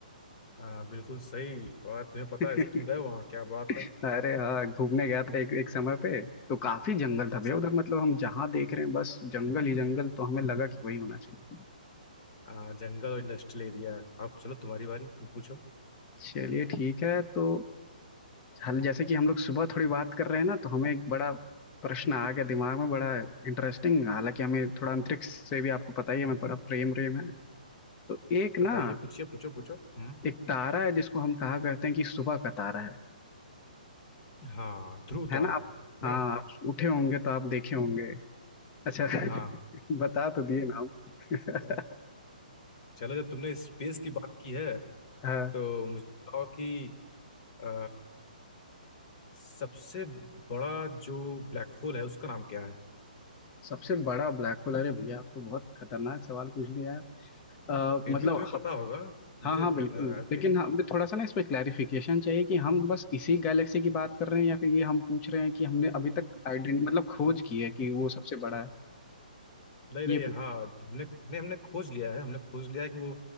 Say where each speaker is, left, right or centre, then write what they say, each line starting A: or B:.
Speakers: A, on the left (about 40°); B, on the left (about 25°).
A: अ, बिल्कुल सही बात तुम्हें पता
B: <laughs>
A: है तुम गए वहाँ क्या बात है
B: अरे हाँ घूमने गया था एक एक समय पे तो काफी जंगल
A: अच्छा
B: था भैया उधर मतलब हम जहाँ देख रहे हैं बस जंगल ही जंगल तो हमें लगा कि वही होना चाहिए
A: अ, जंगल और इंडस्ट्रियल एरिया है अब चलो तुम्हारी बारी तुम पूछो
B: चलिए ठीक है तो हल जैसे कि हम लोग सुबह थोड़ी बात कर रहे हैं ना तो हमें एक बड़ा प्रश्न आ गया दिमाग में बड़ा इंटरेस्टिंग हालांकि हमें थोड़ा अंतरिक्ष से भी आपको पता ही है हमें बड़ा प्रेम प्रेम है तो एक
A: बताइए
B: ना
A: पूछिए पूछो पूछो हम्म
B: एक तारा है जिसको हम कहा करते हैं कि सुबह का तारा है
A: हाँ ध्रुव तारा
B: है ना आप
A: ना
B: हाँ आप उठे होंगे तो आप देखे होंगे अच्छा <laughs>
A: हाँ
B: बता तो दिए ना आप।
A: अ, चलो जब तुमने स्पेस की बात की है
B: <laughs> हाँ
A: तो मुझे बताओ कि अ, सबसे बड़ा जो ब्लैक होल है उसका नाम क्या है
B: सबसे बड़ा ब्लैक होल अरे भैया आप तो बहुत खतरनाक सवाल पूछ दिया है अ,
A: फिर
B: मतलब
A: भी तुम्हें पता होगा मुझे
B: हाँ हाँ
A: अ,
B: बिल्कुल लेकिन हमें थोड़ा सा ना इस पे क्लैरिफिकेशन चाहिए कि हम बस इसी गैलेक्सी की बात कर रहे हैं या फिर ये हम पूछ रहे हैं कि हमने अभी तक आइडेंट मतलब खोज की है कि वो सबसे बड़ा है
A: नहीं
B: ये
A: नहीं हाँ हमने हमने हमने खोज लिया है हमने खोज लिया है कि वो